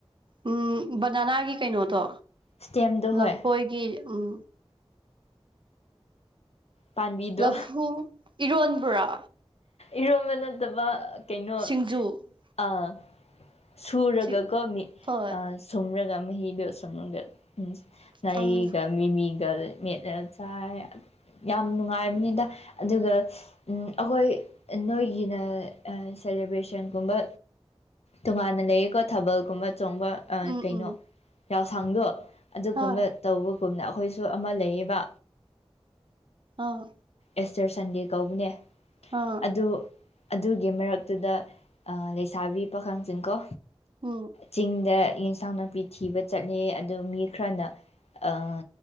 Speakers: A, on the right; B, on the left.
A: ꯎꯝ ꯕꯅꯥꯅꯥꯒꯤ ꯀꯩꯅꯣꯗꯣ
B: ꯏꯁꯇꯦꯝꯗꯣ
A: ꯂꯐꯣꯏꯒꯤ
B: ꯍꯣꯏ
A: ꯎꯝ
B: ꯄꯥꯝꯕꯤꯗꯣ
A: ꯂꯐꯨ ꯏꯔꯣꯟꯕꯔꯣ
B: ꯏꯔꯣꯟꯕ ꯅꯠꯇꯕ ꯀꯩꯅꯣ
A: ꯁꯤꯡꯖꯨ
B: ꯑꯥ ꯁꯨꯔꯒꯀꯣ
A: ꯁꯤ
B: ꯃꯤ
A: ꯍꯣꯏ
B: ꯑ ꯁꯨꯝꯔꯒ ꯃꯍꯤꯗꯣ ꯁꯨꯝꯔꯒ ꯉꯥꯔꯤꯒ
A: ꯑꯪ
B: ꯃꯤꯃꯤꯒ ꯃꯦꯠꯂ ꯆꯥꯏ ꯌꯥꯝ ꯅꯨꯡꯉꯥꯏꯕꯅꯤꯗꯥ ꯑꯗꯨꯒ ꯎꯝ ꯑꯩꯈꯣꯏ ꯑ ꯅꯣꯏꯒꯤꯅ ꯑ ꯁꯦꯂꯦꯕ꯭ꯔꯦꯁꯟꯒꯨꯝꯕ ꯇꯣꯉꯥꯟꯅ ꯂꯩꯌꯦꯀꯣ ꯊꯥꯕꯜꯒꯨꯝꯕ ꯆꯣꯡꯕ ꯑ
A: ꯎꯝ
B: ꯀꯩꯅꯣ
A: ꯎꯝ
B: ꯌꯥꯎꯁꯪꯗꯣ ꯑꯗꯨꯒꯨꯝꯕ
A: ꯍꯣꯏ
B: ꯇꯧꯕꯒꯨꯝꯅ ꯑꯩꯈꯣꯏꯁꯨ ꯑꯃ ꯂꯩꯌꯦꯕ
A: ꯑꯥ
B: ꯑꯦꯁꯇꯔ ꯁꯟꯗꯦ ꯀꯧꯕꯅꯦ
A: ꯑ
B: ꯑꯗꯨ ꯑꯗꯨꯒꯤ ꯃꯔꯛꯇꯨꯗ ꯂꯩꯁꯥꯕꯤ ꯄꯥꯈꯪꯁꯤꯡ ꯀꯣ꯫
A: ꯎꯝ꯫
B: ꯆꯤꯡꯗ ꯑꯦꯟꯁꯥꯡ ꯅꯥꯄꯤ ꯊꯤꯕ ꯆꯠꯂꯦ ꯑꯗꯨ ꯃꯤ ꯈꯔꯅ꯫ ꯑꯥ